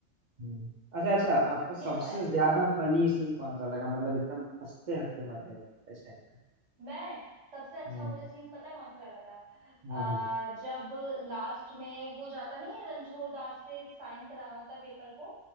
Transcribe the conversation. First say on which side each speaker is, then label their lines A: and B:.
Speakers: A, on the right (about 50°); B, on the right (about 70°).
A: हम्म। अच्छा अच्छा आपको सबसे
B: ये तो है
A: ज्यादा फनी सीन कौन सा लगा मतलब एकदम हंसते हंसते मर गए हो इस टाइप का
B: मैं सबसे
A: हाँ
B: अच्छा मुझे सीन पता है कौन सा लगा था
A: हाँ
B: आ, जब लास्ट में वो जाता नहीं है रणछोड़ दास से साइन कराना होता है पेपर को